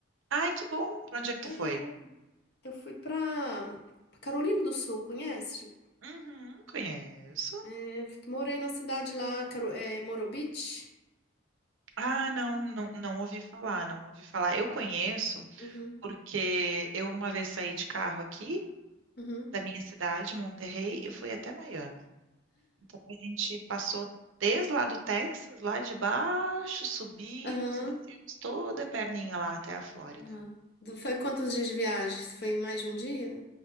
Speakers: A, on the right; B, on the left.
A: Ai, que bom. Pra onde é que tu
B: É,
A: foi?
B: eu fui para Carolina do Sul, conhece?
A: Uhum, conheço.
B: É, f- morei na cidade lá, Caro, é, Morobit.
A: Ah, não, não, não ouvi falar, não ouvi falar. Eu conheço
B: Uhum,
A: porque eu uma vez saí de carro aqui
B: uhum,
A: da minha cidade, Monterrey, e fui até Miami. Então a gente passou desde lá do Texas, lá de baixo, subimos
B: aham,
A: e descemos toda a perninha lá até a Flórida.
B: aham. Do- Foi quantos dias de viagem? Foi mais de um dia?